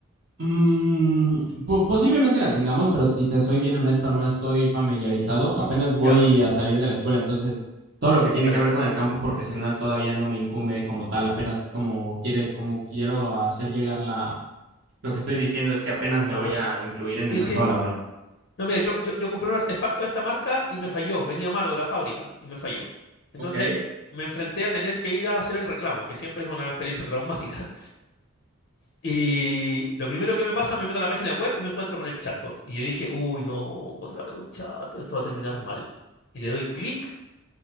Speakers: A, on the right (about 50°); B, on the left (about 50°).
A: Mm, po- posiblemente la tengamos, pero si te soy bien honesto, no estoy familiarizado. Apenas voy
B: Ya,
A: a salir de la escuela, entonces todo lo que tiene
B: vale.
A: que ver con el campo profesional todavía no me incumbe como tal, apenas como quiere, como quiero hacer llegar la, Lo que estoy diciendo es que apenas me
B: Ajá.
A: voy a incluir en
B: Sí,
A: el mercado
B: sí.
A: laboral.
B: No, mira, yo, yo, yo compré un artefacto de esta marca y me falló. Venía malo de la fábrica y me falló. Entonces
A: Ok.
B: me enfrenté a tener que ir a hacer el reclamo, que siempre es una experiencia traumática. Y lo primero que me pasa, me meto a la página web y me encuentro con el chatbot. Y yo dije, uy, no, otra vez un chat, esto va a terminar mal. Y le doy clic,